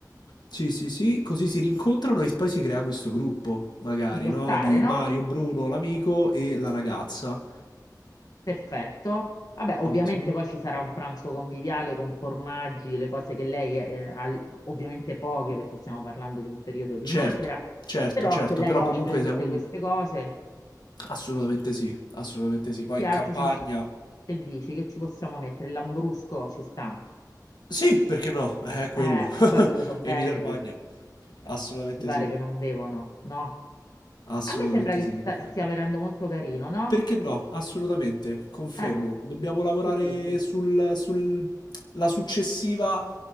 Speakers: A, on the left; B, on the left.
A: Sì, sì, sì, così si rincontrano e poi si crea questo gruppo, magari,
B: ci può
A: no?
B: stare,
A: Di
B: no?
A: Mario, Bruno, l'amico e la ragazza.
B: Perfetto. Vabbè, ovviamente
A: Ottimo.
B: poi ci sarà un pranzo conviviale con formaggi, le cose che lei eh, ha, ovviamente poche perché stiamo parlando di un periodo di
A: Certo,
B: magra,
A: certo,
B: però
A: certo,
B: che lei
A: però
B: offre
A: comunque
B: tutte
A: siamo lì.
B: queste cose.
A: Assolutamente sì, assolutamente sì. Poi
B: Che
A: in
B: altro
A: campagna.
B: ci possiamo... Che dici? Che ci possiamo mettere? Il Lambrusco ci sta.
A: Sì, perché no? Eh, È quello.
B: Eh, poi loro
A: <laughs>
B: sono veneti,
A: Emilia-Romagna. Assolutamente
B: mi pare
A: sì.
B: che non bevono, no?
A: Assolutamente
B: A me sembra che
A: sì,
B: sta-
A: ti confermo.
B: stia venendo molto carino, no?
A: Perché no? Assolutamente, confermo.
B: Eh,
A: Dobbiamo lavorare
B: che dici?
A: sul, sul- la successiva,